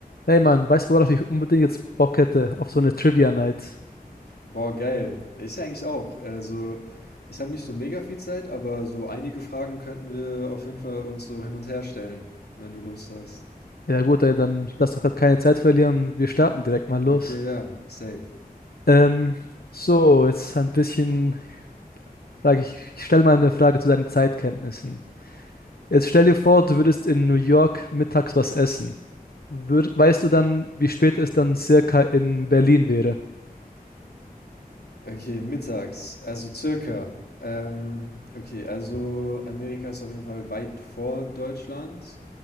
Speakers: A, on the left; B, on the left.
A: Hey Mann, weißt du, worauf ich unbedingt jetzt Bock hätte? Auf so eine Trivia Night.
B: Boah, geil. Ich eigentlich auch. Also, ich habe nicht so mega viel Zeit, aber so einige Fragen könnten wir auf jeden Fall uns so hin und her stellen, wenn du Lust hast.
A: Ja gut, ey, dann lass doch gerade keine Zeit verlieren. Wir starten direkt mal los.
B: Okay, ja, safe.
A: Ähm, so, jetzt ein bisschen frage ich, ich stelle mal eine Frage zu deinen Zeitkenntnissen. Jetzt stell dir vor, du würdest in New York mittags was essen. Würd, weißt du dann, wie spät es dann circa in Berlin wäre?
B: Okay, mittags, also circa. Ähm, okay, also Amerika ist auf jeden Fall weit vor Deutschland,